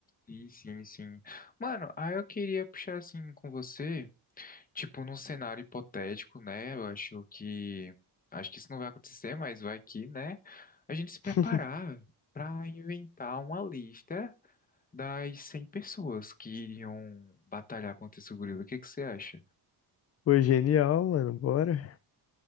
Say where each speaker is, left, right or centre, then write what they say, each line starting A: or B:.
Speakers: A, on the left (about 20°); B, on the left (about 40°).
A: Sim, sim, sim. Mano, aí eu queria puxar assim com você, tipo, num cenário hipotético, né? Eu acho que. Acho que isso não vai acontecer, mas vai que, né? A gente se preparar.
B: <laughs>
A: Pra inventar uma lista das 100 pessoas que iriam batalhar contra esse gorila. O que que você acha?
B: Pô, genial, mano, bora.